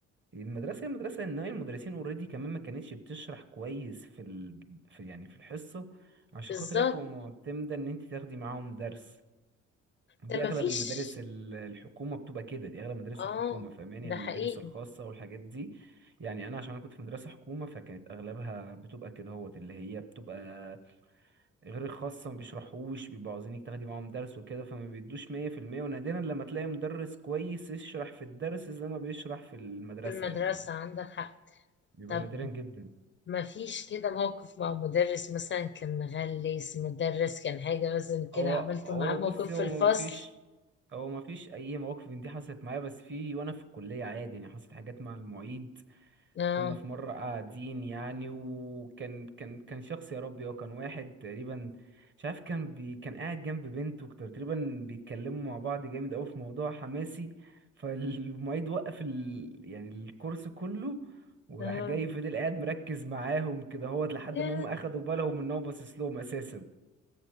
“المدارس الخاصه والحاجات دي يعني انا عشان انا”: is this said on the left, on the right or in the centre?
Right